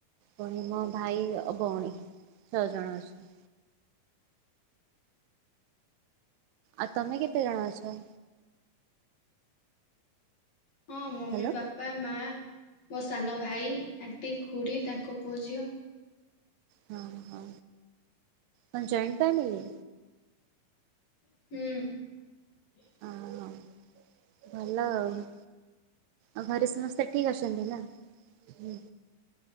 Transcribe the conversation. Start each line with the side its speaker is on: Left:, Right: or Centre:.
Right: ଭଉଣୀ, ମୋ ଭାଇ ଓ ଭଉଣୀ। ଛଅ ଜଣ ଅଛୁ। ଆଉ ତମେ କେତେ ଜଣ ଅଛ?
Left: ହଁ, ମମି,
Right: ହ୍ୟାଲୋ
Left: ବାପା, ମା, ମୋ ସାନ ଭାଇ, ଆଣ୍ଟି ଖୁଡ଼ି ତାଙ୍କ ପୁଅ ଝିଅ।
Right: ହଁ, ହଁ କଣ ଜଏଣ୍ଟ ଫ୍ୟାମିଲୀ?
Left: ହୁଁ। <inaudible>
Right: ହଁ ହଁ ଭଲ ଆଉ। ଆଉ ଘରେ ସମସ୍ତେ ଠିକ୍ ଅଛନ୍ତି ନା? ହୁଁ।